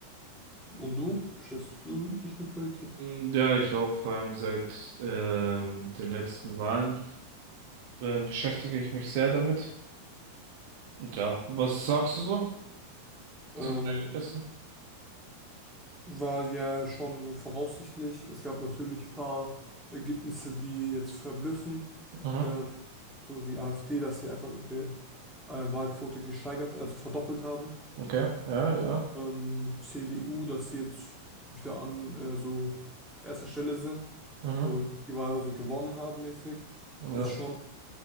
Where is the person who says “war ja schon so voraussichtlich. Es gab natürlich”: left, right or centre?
Centre